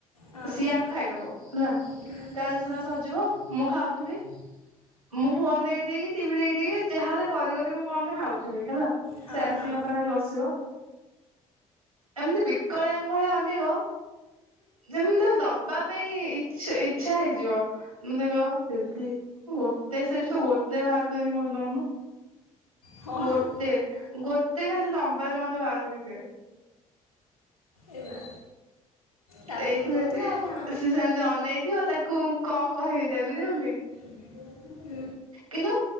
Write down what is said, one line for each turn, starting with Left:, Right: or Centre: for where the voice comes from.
Left: ହଁ
Right: ସିଆ ଆଉ ଖାଇଦବ ହେଲା। ତା
Left: ହୁଁ
Right: ଜିନିଷ ଟା ସଜିବ ମୁଁ ଖାଉଥିବି। ମୁଁ ଫୋନ ଦେଇିଦେଇକି ଟିଭି ଦେଇଖିଦକି ଯାହାହେଲେ କରିିବ। ମୁଁ କଣ ଗୋଟେ ଖାଉଥିବି ହେଲା
Left: ହଁ
Right: ସେ ଆସି
Left: ହଁ।
Right: ମୋ ପାଖରେ ବସିବ। ଏମିତି ବିକଳିଆଙ୍ଗଭଲି ଅନେଵ ଯେମିତି ମୁଁ ତାକୁ ଦ ଯବା ପାଇଁ ଇ ଇଚ୍ଛା ହେଇଯିବ ମୋତେ କହିବ ଦିଦି ଗୋଟେ ସେଥିରୁ ଗ ଗୋଟେ ବାହାର କରିକି ମୋତେ ଦେଉନୁ।
Left: ହଁ
Right: ଗୋଟେ ଗୋଟେ ଖାଲି ଲମ୍ବା ଟେ ମୋତେ ବାହାର କରିକି ଦେ।
Left: ଏ ମା ତାପରେ
Right: ସେଇଥିରେ
Left: ତମେ ଦଉଥିବ ଆଉ କଣ
Right: ସେ ସେମିତି ଅନେଇଥିବ ତାକୁ ମୁଁ କଣ କହିବି ଦେବିିନି ବୋଲି।
Left: <unintelligible>
Right: କିନ୍ତୁ